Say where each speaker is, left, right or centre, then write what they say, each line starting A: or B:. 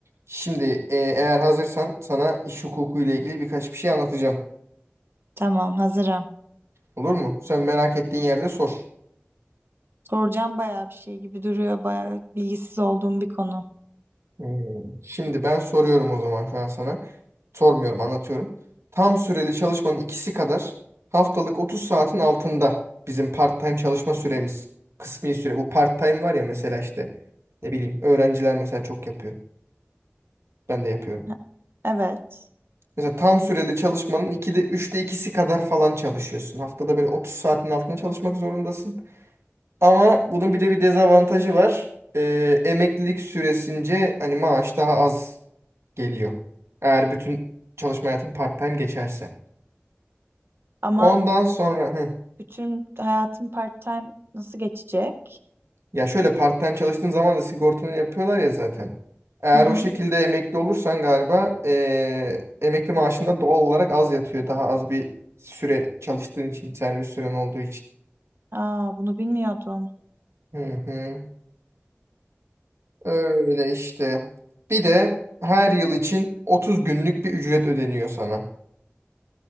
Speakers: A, on the right (about 85°); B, on the right (about 60°).
A: Şimdi e, eğer hazırsan sana iş hukuku ile ilgili birkaç bir şey anlatacağım.
B: Tamam, hazırım.
A: Olur mu? Sen merak ettiğin yerde sor.
B: Soracağım bayağı bir şey gibi duruyor. Bayağı bilgisiz olduğum bir konu.
A: Hmm. Şimdi ben soruyorum o zaman şu an sana. Sormuyorum, anlatıyorum. Tam süreli çalışmanın ikisi kadar haftalık 30 saatin altında bizim part-time çalışma süremiz. Kısmi süre. Bu part-time var ya mesela işte ne bileyim öğrenciler mesela çok yapıyor. Ben de yapıyorum.
B: E- Evet.
A: Mesela tam süreli çalışmanın 2'de üçte ikisi kadar falan çalışıyorsun. Haftada böyle 30 saatin altında çalışmak zorundasın. Ama bunun bir de bir dezavantajı var. Ee, emeklilik süresince hani maaş daha az geliyor. Eğer bütün çalışma hayatın part-time geçerse.
B: Ama
A: Ondan sonra hı,
B: bütün hayatım part-time nasıl geçecek?
A: ya şöyle part-time çalıştığın zaman da sigortanı yapıyorlar ya zaten. Eğer
B: Hı hı.
A: o şekilde emekli olursan galiba ee, emekli maaşında doğal olarak az yatıyor. Daha az bir süre çalıştığın için, servis süren olduğu için.
B: Aa, bunu bilmiyordum.
A: Hı hı. Öyle işte. Bir de her yıl için 30 günlük bir ücret ödeniyor sana.